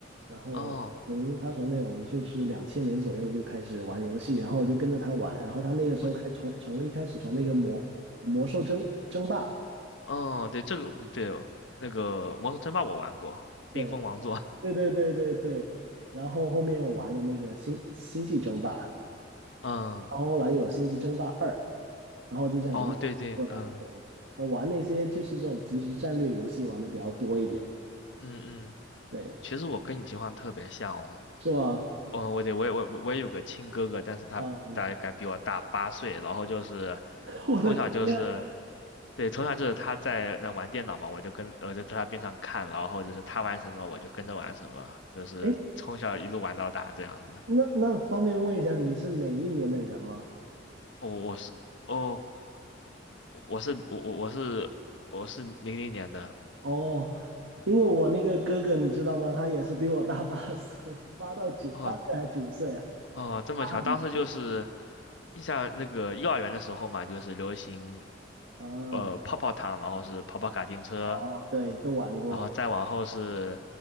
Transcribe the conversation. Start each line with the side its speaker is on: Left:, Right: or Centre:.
Right: 然后从他从那种就是两千年左右就开始玩游戏，
Left: 哦，
Right: 然后我就跟着他玩，然后他那个时候开从从一开始从那个魔魔兽争争霸。
Left: 我哦，对这个嗯对那个《魔兽争霸》我玩过，
Right: 对
Left: 《冰封王座》。
Right: 对对对对对，然后后面又玩了那个星星际争霸，然
Left: <laughs> 嗯，
Right: 后后来又有星际争霸二，然后就这样一路玩过来。
Left: 哦，对对，嗯
Right: 对，我玩那些就是这种即时战略游戏玩的比较多一点，
Left: 嗯嗯，
Right: 对，
Left: 其实我跟你情况特别像哦。
Right: 是吗？
Left: 嗯，我得，我也我我也有个亲哥哥，但是他大概比我大八岁，
Right: 啊、<laughs>
Left: 然后就是
Right: 我的天，
Left: 从小就是，对，从小就是他在那玩电脑嘛，我就跟我就在他边上看，然后就是他玩什么我就跟着玩什么，就是从小一路玩到大这样子。
Right: 哎，那那方便问一下你是哪一年的人吗？
Left: 哦，我是哦，我是我我我是我是零零年的。
Right: 哦，因为我那个哥哥你知道吗？他也是比我大八岁，八到九，
Left: 哦
Right: 八岁还是九岁啊？
Left: 哦，这么巧，
Right: 大很多
Left: 当时就是印象那个幼儿园的时候嘛，就是流行
Right: 啊，
Left: 呃泡泡糖，然后是跑跑卡丁车。
Right: 哦，对，都玩过。
Left: 然后再往后是